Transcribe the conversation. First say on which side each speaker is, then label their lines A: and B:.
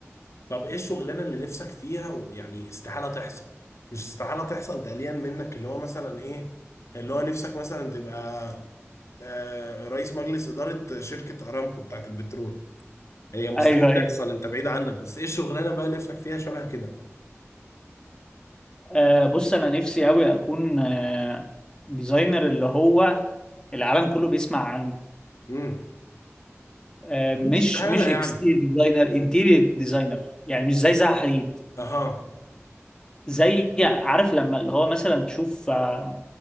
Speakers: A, on the left (about 80°); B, on the left (about 15°).
A: طب ايه الشغلانه اللي نفسك فيها و- يعني استحاله تحصل مش استحاله تحصل تقليلا منك اللي هو مثلا ايه اللي هو نفسك مثلا تبقى آه رئيس مجلس اداره شركه ارامكو بتاعت البترول هي مستحيل
B: ايوه ايوه
A: تحصل انت بعيد عنك بس ايه الشغلانه بقى نفسك فيها شبه كده
B: آه بص انا نفسي قوي اكون آه ديزاينر اللي هو العالم كله بيسمع عنه
A: امم
B: آه،
A: مش
B: مش
A: تعالى
B: مش
A: يعني
B: اكستيريور ديزاينر انتيريور ديزاينر يعني مش زي زها حديد
A: اها
B: زي عارف لما اللي هو مثلا تشوف آه،